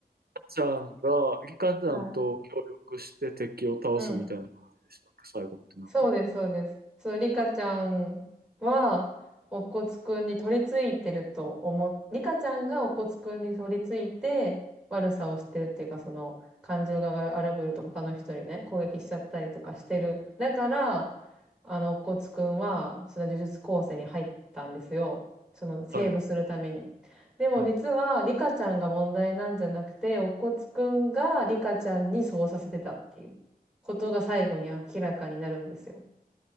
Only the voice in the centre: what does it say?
はい。うん。
そうです、そうです。そう、リカちゃんは、おこつくんに取り付いてると思っ、リカちゃんがおこつくんに取り付いて、悪さをしてるっていうか、その、感情が荒ぶると他の人にね、攻撃しちゃったりとかしてる。だから、あの、おこつくんは、その呪術高専に入ったんですよ。その、セーブするために。
でも実は、
リカちゃんが問題なんじゃなくて、おこつくんがリカちゃんにそうさせてたっていう。ことが最後に明らかになるんですよ。